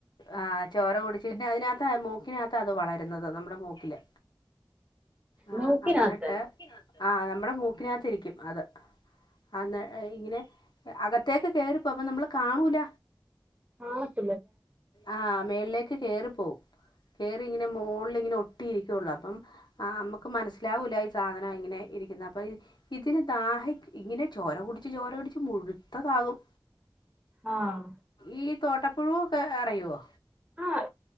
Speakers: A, on the left; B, on the right.
A: ആഹ് ചോര കുടിച്ച് പിന്നെ അതിനാത്താ മൂ മൂക്കിനകത്ത് അത് വളരുന്നത് നമ്മുടെ മൂക്കില് ആഹ്
B: മൂക്കിനകത്ത്
A: അന്നട്ട് ആ നമ്മുടെ മൂക്കിനകത്ത് ഇരിക്കും അത് ആഹ് ന്ന് ഇങ്ങനെ അകത്തേക്ക് കേറിപ്പോം അപ്പ നമ്മള് കാണൂല
B: ആണോ
A: ആഹ് മേളിലേക്ക് കേറി പോവും കേറി ഇങ്ങനെ മോളിലിങ്ങനെ ഒട്ടി ഇരിക്കുവുള്ളു അപ്പം ആഹ് നമ്മുക്ക് മനസ്സിലാവൂല്ല ഈ സാധനം ഇങ്ങനെ ഇരിക്കുന്ന അപ്പൊ ഇ ഇതിന് ദാഹി ഇങ്ങനെ ചോര കുടിച്ച് ചോര കുടിച്ച് മുഴുത്തതാകും
B: ആഹ്
A: ഈ തോട്ട ക്ലൂ ഒക്കെ അറിയുവോ
B: ആഹ്